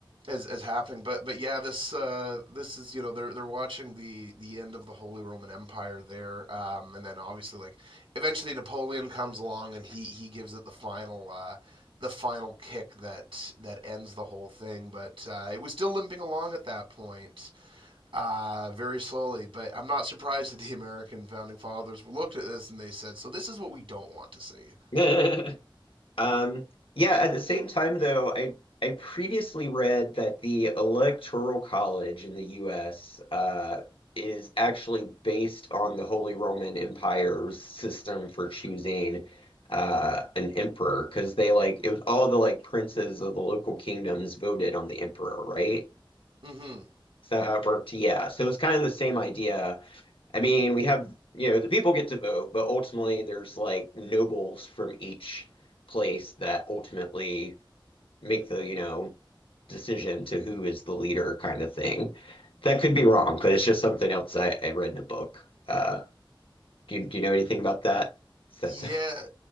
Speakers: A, on the right; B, on the left.
A: as as happening. But but yeah, this uh, this is you know they're they're watching the the end of the Holy Roman Empire there, um, and then obviously like eventually Napoleon comes along and he he gives it the final. Uh, the final kick that that ends the whole thing. But uh, it was still limping along at that point, uh, very slowly. But I'm not surprised that the American founding fathers looked at this and they said, "So this is what we don't want to see."
B: present. <laughs> Um, yeah, at the same time, though, I I previously read that the Electoral College in the US uh, is actually based on the Holy Roman Empire's system for choosing uh, an emperor, because they like it was all the like princes of the local kingdoms voted on the emperor, right?
A: Mm-hmm.
B: Is that how it worked? Yeah, so it was kind of the same idea I mean, we have, you know, the people get to vote, but ultimately there's like nobles from each place that ultimately make the, you know, decision to who is the leader kind of thing. That could be wrong, but it's just something else I, I read in a book. Uh, do you, do you know anything about that? That's
A: Yeah,